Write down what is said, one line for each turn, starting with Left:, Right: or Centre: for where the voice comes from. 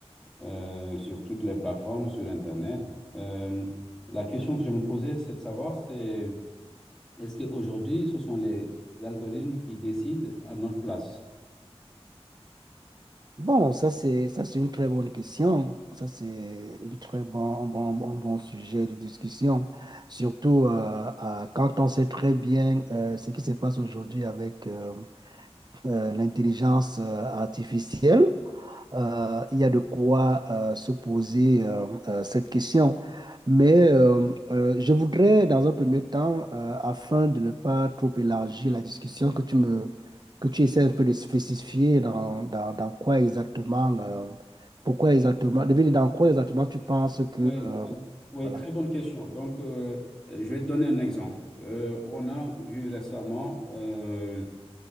Centre: euh, sur toutes les plateformes, sur Internet. Euh, la question que je me posais, c'est de savoir, c'est est-ce qu'aujourd'hui, ce sont les algorithmes qui décident à notre place?
Right: Bon, ça c'est ça c'est une très bonne question. Ça c'est une très bon un bon un bon sujet de discussion. Surtout euh, à- quand on sait très bien euh, ce qui se passe aujourd'hui avec euh, euh, l'intelligence euh, artificielle. euh, il y a de quoi euh, se poser euh, euh, cette question. Mais euh, euh, je voudrais, dans un premier temps, euh, afin de ne pas trop élargir la discussion, que tu me, que tu essaies un peu de spécifier dans, dans, dans quoi exactement, euh, pourquoi exactement, de dire dans quoi exactement tu penses que,
Centre: Oui,
Right: euh,
Centre: alors, oui,
Right: voilà.
Centre: très bonne question. Donc, euh, euh, je vais te donner un exemple. Euh, on a vu récemment, euh,